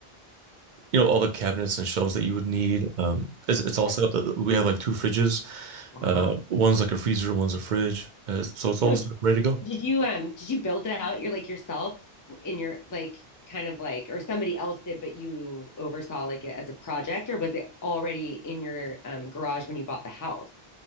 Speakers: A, on the right; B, on the left.
A: you know, all the cabinets and shelves that you would need. Um, it's, it's all
B: That's
A: set up. that-
B: so
A: We
B: cool.
A: have like two fridges.
B: Wow.
A: Uh, one's like a freezer, one's a fridge. Uh, so it's all
B: So
A: set up, ready to go.
B: did you um did you build it out? You're like yourself in your like kind of like or somebody else did, but you oversaw like it as a project, or was it already in your um garage when you bought the house?